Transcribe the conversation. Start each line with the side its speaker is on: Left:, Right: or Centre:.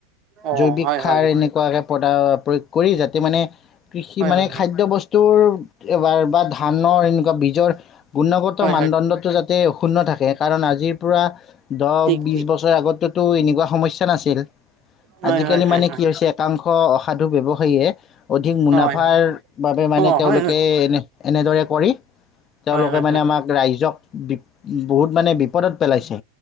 Right: অ
Left: জৈৱিকয
Right: হয়
Left: খায়
Right: হয়
Left: এনেকুৱাকে প্ৰদা প্ৰয়োগ কৰি যাতে মানে কৃষি
Right: হয়
Left: মানে
Right: হয় হয়
Left: খাদ্যবস্তু টোএবাৰ বা ধানৰ এনেকুৱা জৰ। গুণগত
Right: হয়
Left: মানদণ্ডটো
Right: হয়
Left: যাতে ত অক্ষুন্ন থাকে কাৰণ আজিৰ পৰা দহ
Right: ঠিক
Left: বিশ
Right: ঠিক
Left: বছৰ আগত তো এনেকুৱা সমস্যা। নাছিল
Right: হয়
Left: আজি
Right: হয়
Left: কালি
Right: হয়
Left: মানে
Right: হয়
Left: কি হৈছে এটা অংশ অ অসাধু ব্যৱসায়ীয়ে। অধিক মুনাফাৰ
Right: হয় হয়
Left: বাবে মানে
Right: অ
Left: তেওঁলোকে
Right: হয় হয়
Left: এনে। এনেদৰে কৰি। তেওঁলোকে
Right: হয় হয়
Left: মানে
Right: হয়
Left: আমাক ৰাইজক। বি বহুত মানে বিপদত পেলাইছে।